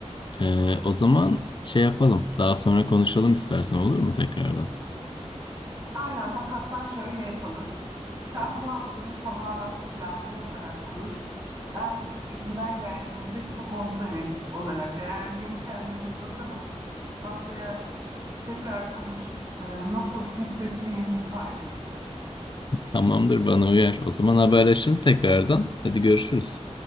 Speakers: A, on the left (about 40°); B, on the right (about 35°).
A: e, o zaman şey yapalım. Daha sonra konuşalım istersen olur mu tekrardan?
B: Aynen bak hatta şöyle yapalım. Sen bu haftanı tamamen planlı olarak kur. Ben de elimden geldiğince spontane olarak ayarlayayım kendimi. Bakalım haftaya tekrar konuşup e, nasıl hissettiğimizi paylaşırız.
A: Tamamdır bana uyar. O zaman haberleşelim tekrardan. Hadi görüşürüz.